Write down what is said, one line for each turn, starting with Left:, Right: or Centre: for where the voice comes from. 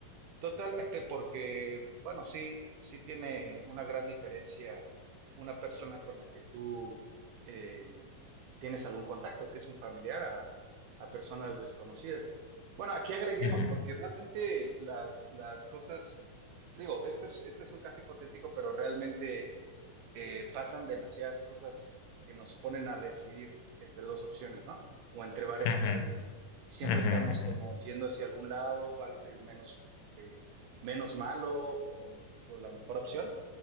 Right: Totalmente, porque, bueno, sí, sí tiene una gran diferencia una persona con la que tú eh, tienes algún contacto, que es un familiar, a, a personas desconocidas. Bueno, aquí agreguemos,
Left: Ujú,
Right: porque realmente las, las cosas, digo, este es, este es un caso hipotético, pero realmente eh, pasan demasiadas cosas que nos ponen a decidir entre dos opciones, ¿no? O entre varias
Left: ujú,
Right: opciones, ¿no? Y siempre
Left: ujú,
Right: estamos como
Left: ujú.
Right: yendo hacia algún lado, algo que es menos, eh, menos malo o, o la mejor opción.